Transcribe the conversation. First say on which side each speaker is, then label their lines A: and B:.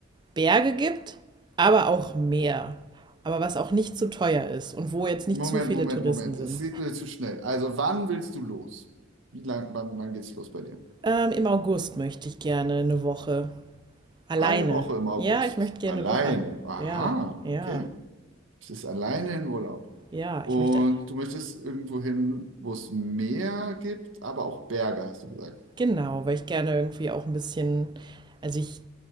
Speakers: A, on the right; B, on the right.
A: Berge gibt, aber auch Meer. Aber was auch nicht zu teuer ist und wo jetzt nicht
B: Moment,
A: zu viele
B: Moment,
A: Touristen
B: Moment.
A: sind.
B: Es geht mir zu schnell. Also, wann willst du los? Wie lang, wann, wann geht's los bei dir?
A: Ähm, Im August möchte ich gerne eine Woche alleine.
B: Eine Woche im August.
A: Ja, ich möchte gerne
B: Alleine.
A: eine Woche.
B: Aha,
A: Ja, ja,
B: okay. Du bist alleine in Urlaub.
A: ja,
B: Und
A: ich möchte.
B: du möchtest irgendwo hin, wo es Meer gibt, aber auch Berge, hast du gesagt.
A: Genau, weil ich gerne irgendwie auch ein bisschen. Also ich